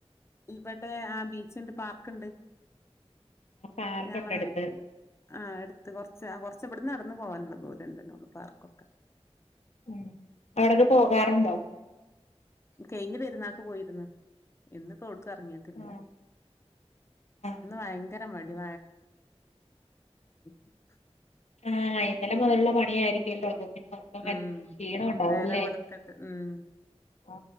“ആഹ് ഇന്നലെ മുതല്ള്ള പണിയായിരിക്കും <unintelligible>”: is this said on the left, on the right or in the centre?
Left